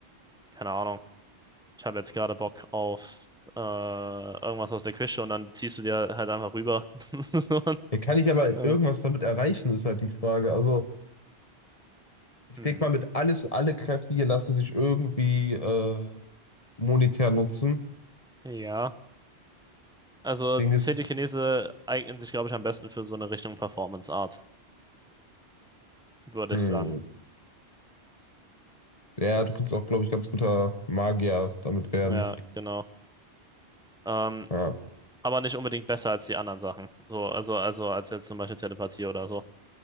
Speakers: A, in the centre; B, on the left.
A: keine Ahnung, ich habe jetzt gerade Bock auf äh, irgendwas aus der Küche und dann ziehst du dir halt einfach rüber. <laughs>
B: Ja, Kann ich aber
A: So, äh,
B: irgendwas damit erreichen, ist halt die Frage. Also, ich
A: hm.
B: denke mal, mit alles, alle Kräfte hier lassen sich irgendwie äh, monetär nutzen.
A: Ja, also
B: Ding
A: Telekinese
B: ist,
A: eignen sich, glaube ich, am besten für so eine Richtung Performance Art, würde
B: hm.
A: ich sagen.
B: Ja, du könntest auch, glaube ich, ganz guter Magier damit werden.
A: Ja, genau. Ähm,
B: Ja.
A: aber nicht unbedingt besser als die anderen Sachen. So, also, also als jetzt zum Beispiel Telepathie oder so.